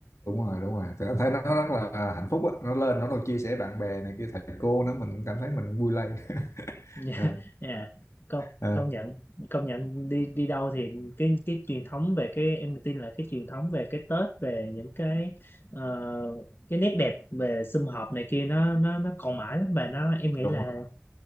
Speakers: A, on the left; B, on the left.
A: đúng rồi đúng rồi Thì anh thấy nó rất là hạnh phúc á nó lên nó còn chia sẻ bạn bè này kia thầy cô nữa mình cảm thấy mình vui lây <laughs>
B: dạ
A: Ờ,
B: dạ công
A: ờ,
B: công nhận công nhận đi đi đâu thì cái cái truyền thống về cái em tin là cái truyền thống về cái Tết về những cái ờ, cái nét đẹp về sum họp này kia nó nó nó còn mãi lắm mà nó em nghĩ
A: đúng
B: là
A: rồi